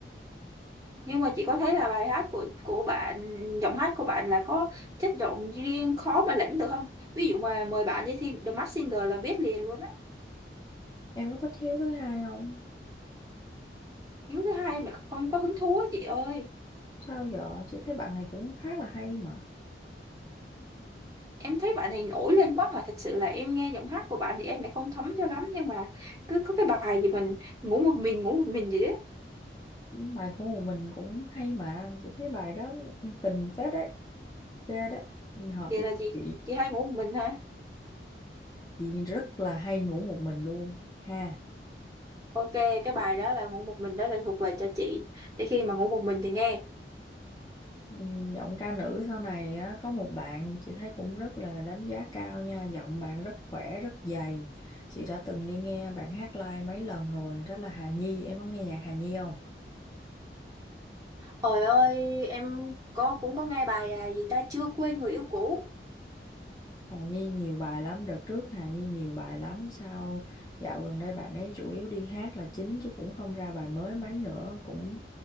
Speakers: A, on the right; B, on the left.
A: nhưng mà chị có thấy là bài hát của của bạn giọng hát của bạn là có chất giọng riêng khó mà lẫn được không ví dụ mà mời bạn đi thi The Masked Singer là biết liền luôn á
B: em có thích Hiếu thứ hai không
A: nếu thứ hai mà không có hứng thú á chị ơi
B: sao giờ chị thấy bạn này cũng khá là hay mà
A: em thấy bạn này nổi lên quá mà thật sự là em nghe giọng hát của bạn thì em lại không thấm cho lắm nhưng mà cứ có cái bài gì mình ngủ một mình ngủ một mình gì đấy
B: bài của một mình cũng hay mà tôi thấy bài đó tình phết đấy ghê đấy hợp
A: vậy
B: với
A: là chị
B: chị
A: chị hay ngủ một mình hả
B: chị rất là hay ngủ một mình luôn ha
A: ok cái bài đó là ngủ một mình đó là thuộc về cho chị để khi mà ngủ một mình thì nghe
B: Ừm, giọng ca nữ sau này á, có một bạn chị thấy cũng rất là đánh giá cao nha giọng bạn rất khỏe rất dày chị đã từng đi nghe bạn hát live mấy lần rồi đó là Hà Nhi em có nghe nhạc Hà Nhi không
A: ôi ơi em có cũng có nghe bài à, gì ta chưa quên người yêu cũ
B: Hà Nhi nhiều bài lắm, đợt trước Hà Nhi nhiều bài lắm, sao dạo gần đây bạn ấy chủ yếu đi hát là chính chứ cũng không ra bài mới mấy nữa, cũng